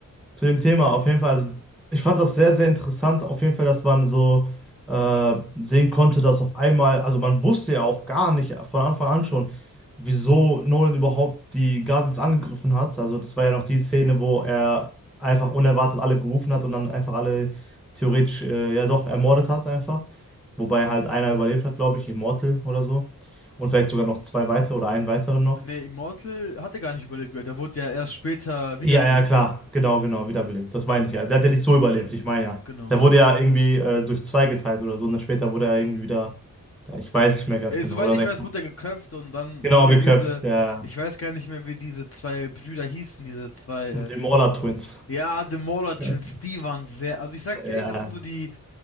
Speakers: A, in the centre; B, on the left.
A: Zu dem Thema, auf jeden Fall. Also ich fand das sehr, sehr interessant, auf jeden Fall, dass man so äh, sehen konnte, dass auf einmal, also man wusste ja auch gar nicht von Anfang an schon, wieso Nolan überhaupt die Guardians angegriffen hat. Also das war ja noch die Szene, wo er einfach unerwartet alle gerufen hat und dann einfach alle theoretisch, äh, ja doch, ermordet hat einfach. Wobei halt einer überlebt hat, glaube ich, Immortal oder so. Und vielleicht sogar noch zwei weitere oder einen weiteren noch.
B: Nee, Immortal hat er gar nicht überlebt gehört. Er wurde ja erst später wiederbelebt.
A: Ja, ja, klar. Genau, genau, wiederbelebt. Das meine ich ja. Sie hat ja nicht so überlebt, ich meine ja.
B: Genau.
A: Der wurde ja irgendwie äh, durch zwei geteilt oder so. Und dann später wurde er irgendwie wieder, da, ich weiß nicht mehr ganz
B: Äh,
A: genau,
B: soweit
A: oder
B: ich
A: sein
B: weiß,
A: Kopf.
B: wurde er geköpft und dann
A: Genau,
B: haben ja
A: geköpft,
B: diese,
A: der,
B: ich weiß gar nicht mehr, wie diese zwei Brüder hießen, diese zwei,
A: den Mauler Twins. <laughs>
B: äh, ja, The Mauler Twins, die waren sehr, also ich sag
A: Ja.
B: dir echt, das sind so die,